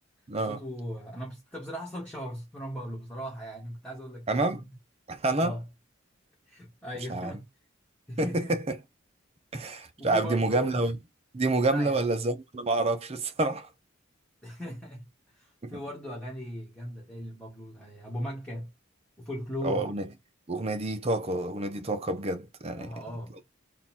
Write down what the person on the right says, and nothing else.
اه
تمام
انا
مش عارف
<laughs>
مش عارف
دي مجاملة ولا- دي مجاملة
ولا
ازاي انا ما اعرفش الصراحة
<laughs>
اه اغنية الاغنية دي طاقة الاغنية دي طاقة بجد
يعني